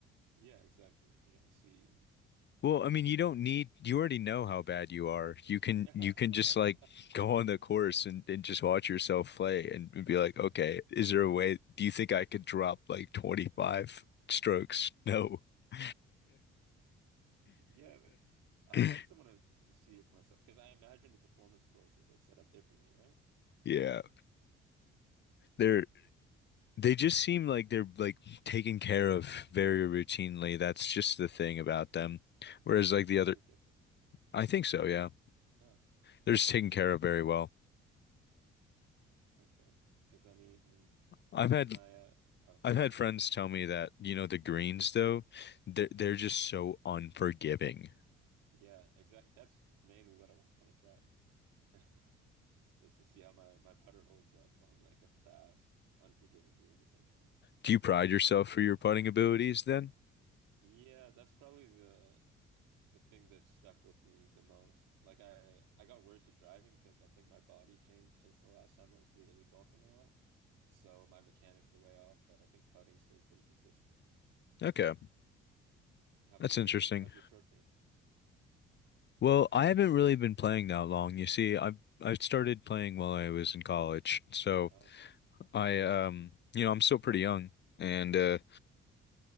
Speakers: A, on the right; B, on the left.
A: yeah exactly you know see
B: Well, I mean, you don't need, you already know how bad you are. You can
A: <laughs> yeah
B: you can just like go on the course and, and just watch yourself play and be like, okay, is there a way, do you think I could drop like 25 strokes? No. <laughs>
A: but I,
B: <laughs>
A: I still want to see it for myself because I imagine the performance courses are set up differently right
B: Yeah. There They just seem like they're like taken care of very routinely. That's just the thing about them. Whereas
A: oh is
B: like
A: that
B: the
A: the
B: other,
A: only difference
B: I think so, yeah.
A: Oh.
B: They're just taken care of very well.
A: Okay. Because I mean,
B: I've
A: I think
B: had
A: my uh, oh
B: I've had
A: yeah, go
B: friends
A: for it.
B: tell me that, you know, the greens though, they're they're just so unforgiving.
A: Yeah, exact. That's mainly what I want to try <laughs> is to see how my my putter holds up on like a fast, unforgiving green, essentially.
B: Do you pride yourself for your putting abilities then?
A: Yeah, that's probably the the thing that stuck with me the most. Like I I got worse at driving because I think my body changed since the last time I was really golfing a lot. So my mechanics are way off, but I think putting stayed pretty consistent.
B: Okay,
A: How about
B: that's
A: you?
B: interesting.
A: Are you how's your short game?
B: Well, I haven't really been playing that long. You see, I I started playing while I was in college. So
A: Oh, okay.
B: I um you know, I'm still pretty young and uh